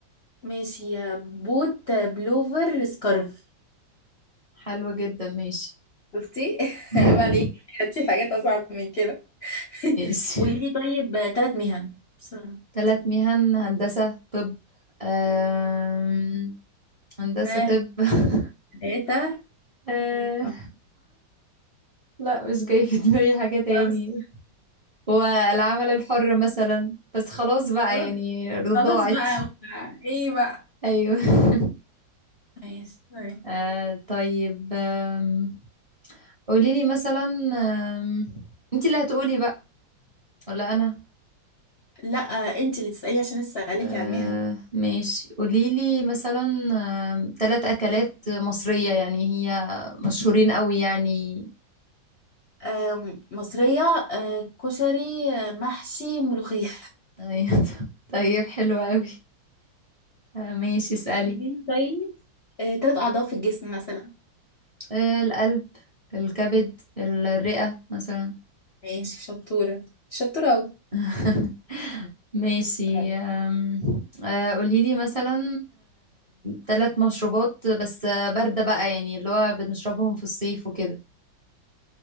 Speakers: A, on the left (about 55°); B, on the right (about 25°).
A: ماشي بوت بلوفر سكارف
B: حلوة جدا ماشي
A: شفتي <laughs>
B: <laughs>
A: عيب عليك حطي حاجات اصعب من كده <laughs>
B: ماشي
A: قولي لي طيب ثلاث مهن بسرعة
B: تلت
A: بسرعة
B: مهن هندسة طب آم، هندسة
A: ها
B: طب <laughs>
A: ثلاثة
B: آه،
A: مم. أربعة
B: لا مش جاي في دماغي حاجة تاني
A: خمسة
B: والعمل الحر مثلا بس خلاص بقى
A: خلاص
B: يعني ضاعت
A: خلاص بقى ايه بقى
B: ايوه <laughs>
A: ماشي طيب.
B: آه طيب آم، قولي لي مثلا آم، انت اللي هتقولي بقى ولا انا
A: لا انت اللي تسألي عشان لسه عليكي
B: آه
A: على المهن
B: ماشي قولي لي مثلا آم، تلات اكلات مصرية يعني هي مشهورين قوي يعني
A: آم، مصرية آه، كشري آه، محشي ملوخية
B: أيوة. <laughs> طيب حلوة قوي آه ماشي اسألي
A: قوليلي طيب ثلاث أعضاء في الجسم مثلا
B: آه القلب الكبد الرئة مثلا
A: ماشي شطورة شطورة أوي
B: <laughs> ماشي
A: طيب
B: أم، آه، قوليلي مثلا ثلاث مشروبات بس آه، باردة بقى يعني اللي هو بنشربهم في الصيف وكده